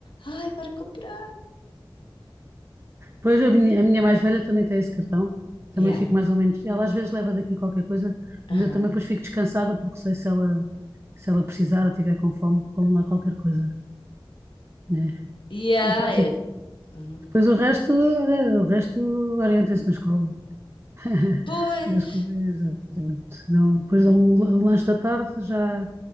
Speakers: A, on the left (about 65°); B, on the right (about 30°).
A: Ai, para comprar.
B: Pois a minha, a minha mais velha também tem esse cartão, também
A: Yeah,
B: fico mais ou menos. Ela às vezes leva daqui qualquer coisa,
A: aham.
B: mas eu também depois fico descansada porque sei se ela, se ela precisar ou tiver com fome, como lá qualquer coisa, né?
A: Yeah,
B: E pronto,
A: eu-
B: e
A: uhum.
B: Pois o resto, eh, o resto orienta-se na escola. <laughs>
A: Pois.
B: As coisas, exatamente. Dão- Depois dão o la- o lanche da tarde, já,